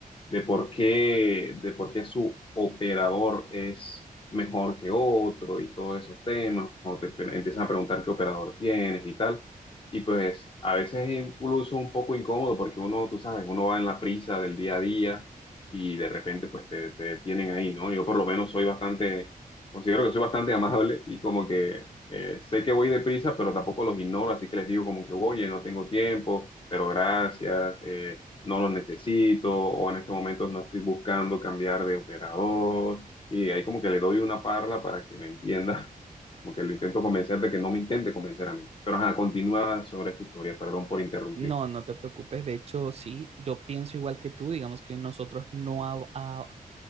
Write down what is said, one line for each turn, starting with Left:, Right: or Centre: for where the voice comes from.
Left: de por qué, de por qué su operador es mejor que otro y todos esos temas, o te pe- empiezan a preguntar qué operador tienes y tal. Y pues a veces es incluso un poco incómodo porque uno, tú sabes, uno va en la prisa del día a día y de repente pues te, te detienen ahí, ¿no? Yo por lo menos soy bastante, considero que soy bastante amable y como que eh, sé que voy deprisa, pero tampoco los ignoro, así que les digo como que, oye, no tengo tiempo, pero gracias, eh, no los necesito o en estos momentos no estoy buscando cambiar de operador y ahí como que le doy una parla para que me entienda <laughs> Como que lo intento convencer de que no me intente convencer a mí. Pero ajá, continúa sobre esa historia, perdón por interrumpir.
Right: No, no te preocupes, de hecho, sí, yo pienso igual que tú, digamos que nosotros no, ab- a-